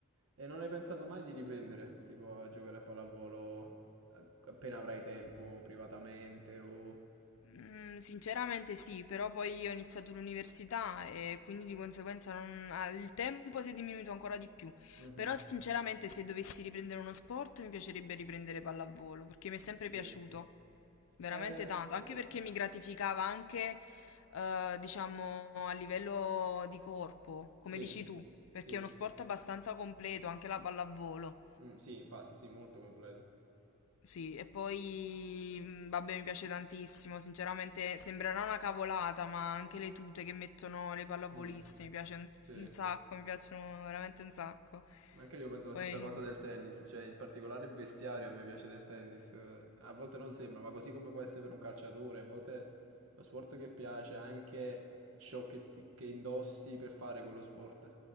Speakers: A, on the right; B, on the left.
A: E non hai pensato mai di riprendere, tipo a giocare a pallavolo a- appena avrai tempo, privatamente o...
B: Mm, Sinceramente sì, però poi io ho iniziato l'università e quindi di conseguenza non- ah, il tempo si è diminuito ancora di più.
A: Mhm.
B: Però sinceramente se dovessi riprendere uno sport mi piacerebbe riprendere pallavolo perché mi è sempre
A: Sì.
B: piaciuto,
A: Eh,
B: veramente
A: eh,
B: tanto,
A: eh,
B: anche perché mi gratificava anche eh, diciamo a livello di corpo, come
A: sì,
B: dici tu, perché
A: sì,
B: è uno sport abbastanza completo, anche la pallavolo.
A: Mm, sì, infatti, sì, molto completo.
B: Sì, e poi, mh, vabbè, mi piace tantissimo, sinceramente sembrerà una cavolata, ma anche le tute che mettono le pallavoliste
A: Mm,
B: mi piace un,
A: sì.
B: un sacco, mi piacciono veramente un sacco.
A: Ma anche io penso la
B: Poi,
A: stessa cosa del tennis, cioè in particolare il vestiario a me piace del tennis, eh, a volte non sembra, ma così come può essere per un calciatore, a volte lo sport che piace è anche ciò che, ti- che indossi per fare quello sport,